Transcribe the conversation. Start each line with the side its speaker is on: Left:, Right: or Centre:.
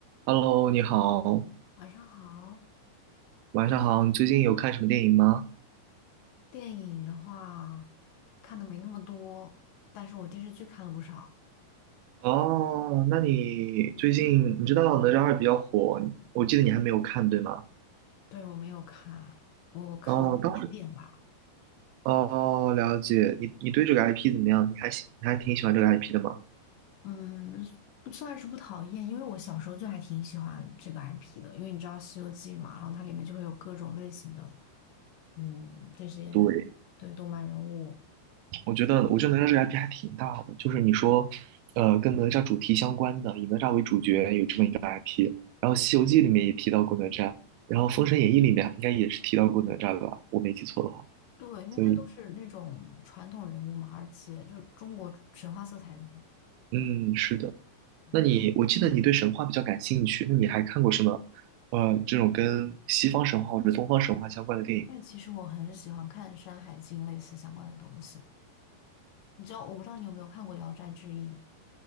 Right: Hello，你好，
Left: 晚上好，
Right: 晚上好。你最近有看什么电影吗？
Left: 电影的话看的没那么多，但是我电视剧看了不少。
Right: 哦，那你最近你知道《哪吒二》比较火，我记得你还没有看，对吗？
Left: 对，我没有看，我看了一点点吧。
Right: 哦，当时，哦，了解。你你对这个 IP 怎么样？你还喜你还挺喜欢这个 IP 的吗？
Left: 嗯，不算是不讨厌，因为我小时候就还挺喜欢这个 IP 的，因为你知道《西游记》嘛，然后它里面就会有各种类型的，嗯，这些对动漫人物，
Right: 对，我觉得我觉得哪吒这个 IP 还挺大的，就是你说，呃，跟哪吒主题相关的，以哪吒为主角有这么一个 IP，然后《西游记》里面也提到过哪吒，然后《封神演义》里面应该也是提到过哪吒吧？我没记错的话，
Left: 对，因为它都是那种传统人物嘛，
Right: 所以
Left: 而且就是中国神话色彩人物。
Right: 嗯，是的。
Left: 嗯
Right: 那你，我记得你对神话比较感兴趣，那你还看过什么，呃，这种跟西方神话或者东方神话相关的电影吗
Left: 但其实我很喜欢看《山海经》类似相关的东西。你知道，我不知道你有没有看过《聊斋志异》？